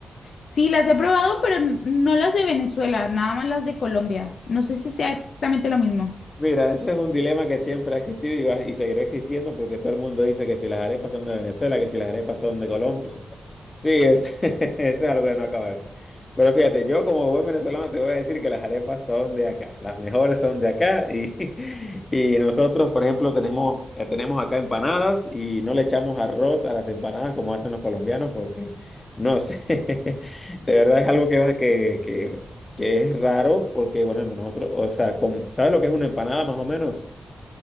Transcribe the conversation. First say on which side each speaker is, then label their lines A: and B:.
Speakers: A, on the left; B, on the left.
A: Sí, las he probado, pero n- no las de Venezuela, nada más las de Colombia. No sé si sea exactamente lo mismo.
B: Mira, ese es un dilema que siempre ha existido y, va- y seguirá existiendo porque todo el mundo dice que si las arepas son de Venezuela, que si las arepas son de Colombia. Sí, es, <laughs> eso es algo de no acabarse. Pero fíjate, yo como buen venezolano te voy a decir que las arepas son de acá, las mejores son de acá y, <laughs> y nosotros, por ejemplo, tenemos, eh, tenemos acá empanadas y no le echamos arroz a las empanadas como hacen los colombianos porque, no sé, <laughs> de verdad es algo que, va- que, que que es raro porque, bueno ejemplo, nosotros, o sea, con- ¿sabes lo que es una empanada más o menos?